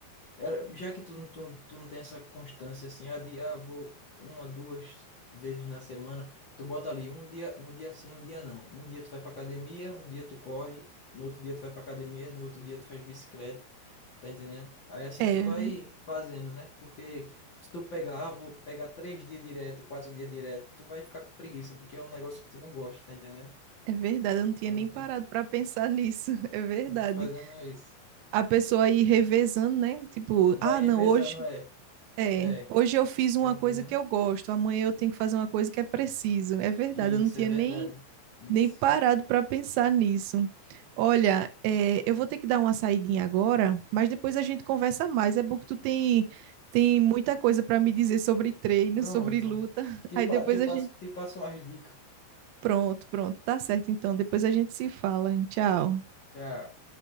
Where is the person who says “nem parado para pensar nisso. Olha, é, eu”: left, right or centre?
Right